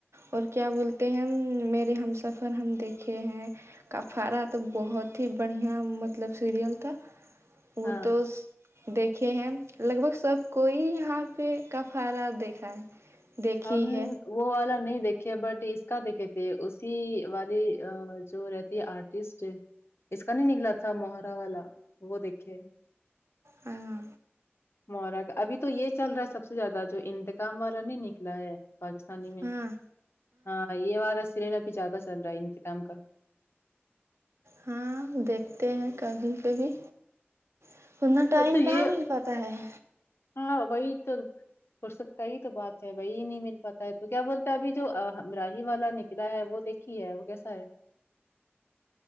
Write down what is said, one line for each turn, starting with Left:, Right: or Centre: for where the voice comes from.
Right: اور کیا بولتے ہیں ہم میرے ہم سفر ہم دیکھے ہیں کفارا تو بہت ہی بڑھیا مطلب سیریل تھا وہ
Left: ہاں
Right: تو دیکھے ہیں لگ بھگ سب کوئی یہاں پہ کفارا دیکھا ہے دیکھی
Left: ہم
Right: ہے
Left: وہ والا نہیں دیکھے بٹ اس کا دیکھے تھے اسی والی جو رہتی ہے آرٹ ٹیسٹ اس کا نہیں نکلا تھا مہرا والا وہ دیکھے
Right: ہاں
Left: مہرا کا ابھی تو یہ چل رہا ہے سب سے زیادہ جو انتقام والا نہیں نکلا ہے پاکستانی میں
Right: ہاں
Left: ہاں یہ والا سیریل بھی زیادہ چل رہا ہے انتقام کا
Right: ہاں دیکھتے ہیں کبھی کبھی اتنا ٹائم
Left: تو
Right: کہاں
Left: یہ
Right: مل پاتا ہے
Left: ہاں وہی تو فرست کا ہی تو بات ہے وہی نہیں مل پاتا ہے تو کیا بولتا ہے ابھی جو ہمراہی والا ن کلا ہے وہ دیکھی ہے وہ کیسا ہے